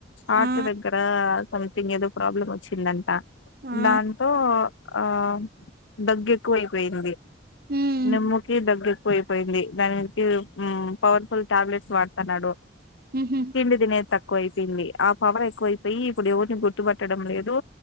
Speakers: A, on the left; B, on the right.
A: ార్ట్
B: ఆ
A: దగ్గర సంథింగ్ ఏదో ప్రాబ్లం వచ్చిందంట
B: ఆ
A: దా ఆ దగ్గెక్కువయిపోయింది
B: మ్మ్
A: నీమ్ముకి దగ్గెక్కు యిపోయింది దాని కి పవర్ ఫుల్ టాబ్లెట్స్ వాడుతున్నాడు
B: మ్హు
A: తిండి తినేది తక్కువయి పోయింది ఆ పవర్ ఎక్కువైపోయి ఇప్పుడు ఎవరిని గుర్తుపట్టడం లేదు,